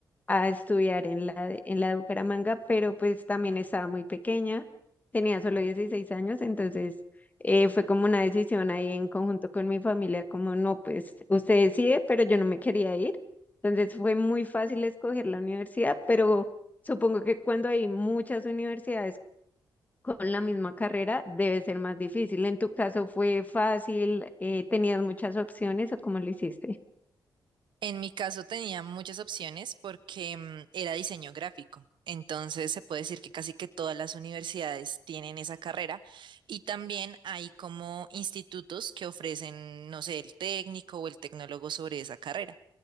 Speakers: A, on the left; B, on the right.
A: a estudiar en la, de- en la de Bucaramanga, pero pues también estaba muy pequeña, tenía solo dieciséis años, entonces eh, fue como una decisión ahí en conjunto con mi familia, como no, pues usted decide, pero yo no me quería ir. Entonces fue muy fácil escoger la universidad, pero supongo que cuando hay muchas universidades con la misma carrera debe ser más difícil. ¿En tu caso fue fácil? Eh, ¿tenías muchas opciones o cómo lo hiciste?
B: En mi caso tenía muchas opciones porque mm, era diseño gráfico. Entonces se puede decir que casi que todas las universidades tienen esa carrera y también hay como institutos que ofrecen, no sé, el técnico o el tecnólogo sobre esa carrera.